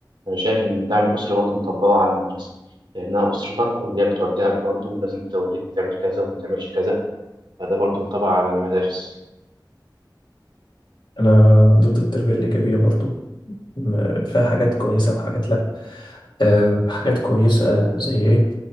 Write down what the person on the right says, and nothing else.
أنا شايف إن الدعم الأسري برضه نطبقه على المدرسة لأنها أسرتك وهي بتوجهك برضه ولازم توريك تعمل كذا وما تعملش كذا فده برضه ينطبق على المدارس